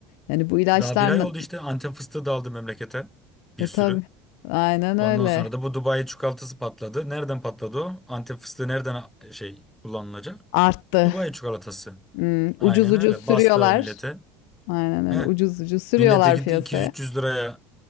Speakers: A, on the left; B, in the centre.
A: Yani bu ilaçlar
B: Daha bir ay
A: ne-
B: oldu işte Antep fıstığı da aldı memlekete. Bir
A: e
B: sürü.
A: tabii aynen öyle
B: Ondan sonra da bu Dubai çikolatası patladı. Nereden patladı o? Antep fıstığı nereden e, şey kullanılacak?
A: arttı.
B: Dubai çikolatası.
A: Hmm,
B: Aynen
A: ucuz ucuz
B: öyle.
A: sürüyorlar.
B: Bastılar millete.
A: Aynen öyle
B: Heh.
A: ucuz ucuz sürüyorlar
B: Millet de gitti
A: piyasaya.
B: 200-300 liraya